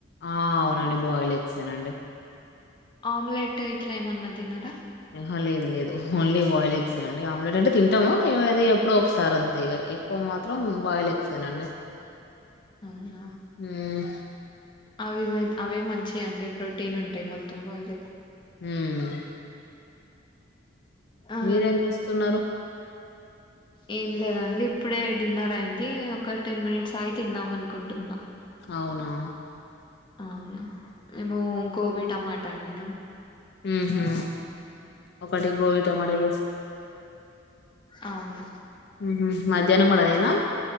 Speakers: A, on the left; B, on the left.
A: ఆ అవునండి బాయిల్ ఎక్సేనండి
B: ఆమ్లెట్ ఇట్లా ఏమన్నా తినరా
A: ఆహా లేదు లేదు ఓన్లీ బాయిల్ ఎగ్సేయండి ఆమ్లెట్ అంటే తింటాము అది ఎప్పుడో ఒకసారి అంతే ఎక్కువ మాత్రం బాయిల్ ఎగ్సెనండి
B: <inaudible> అవునా
A: మ్మ్
B: అవి మ అవి మంచ్ అండి ప్రోటీన్ ఉంటాయి మొత్తం బాయిల్ ఎగ్గ్
A: ఉమ్
B: ఆ
A: మీరేం జేస్తున్నారు
B: ఏం లేదండి ఇప్పుడే డిన్నర్ అయింది ఒక టెన్ మినిట్స్ ఆగి తిందాం అనుకుంటున్నా
A: అవునా
B: అవునా మేము గోబీ టమాటా వండినం
A: ఉమ్ హూ ఒకటి గోబీ టమాట జేసిన
B: ఆవును
A: ఉమ్ హూమధ్యాహ్నం గూడా అదేనా